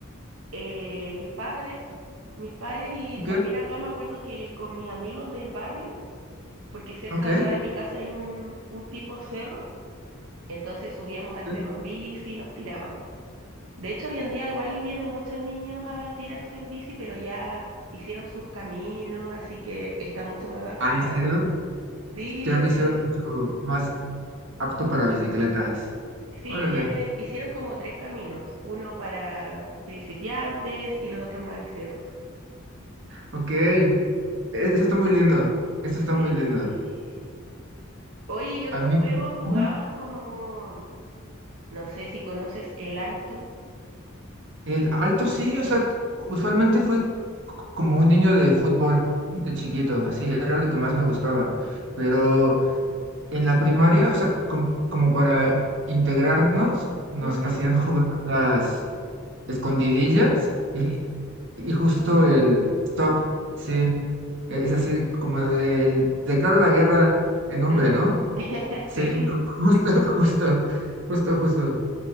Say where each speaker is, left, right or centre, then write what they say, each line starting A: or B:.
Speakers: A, on the right; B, on the right.
A: eh, mis padres, mis padres y
B: Ok,
A: también acá me acuerdo que con mis amigos del barrio, porque cerca
B: ok.
A: de acá de mi casa hay un, un tipo cerro, entonces subíamos al
B: ok.
A: cerro en bici y nos tirábamos. De hecho, hoy en día igual vienen muchos niños a tirarse en bici, pero ya hicieron sus caminos, así que está mucho más bacán
B: Ah,
A: que
B: ¿en
A: antes.
B: serio?
A: Sí,
B: Ya
A: en
B: lo hicieron
A: serio.
B: mucho más apto para bicicletas.
A: Sí,
B: Órale.
A: tienen, hicieron como tres caminos, uno para principiantes y los otros más extremos.
B: Ok, e- eso está muy lindo, eso está
A: Sí.
B: muy lindo.
A: Oye, ¿y otro
B: A mí,
A: juego jugabas
B: Ajá.
A: como, no sé si conoces El Alto?
B: el alto sí, o sea, usualmente fui c- como un niño de fútbol de chiquito, así era lo que más me gustaba. Pero en la primaria, o sea, com- como para integrarnos, nos
A: Ujú.
B: hacían jugar las escondidillas y, y
A: Uh,
B: justo el stop, sí, e- es así como del declaro la guerra en nombre,
A: mm.
B: ¿no?
A: <laughs>
B: Sí,
A: Sí.
B: <laughs> justo, justo, justo, justo.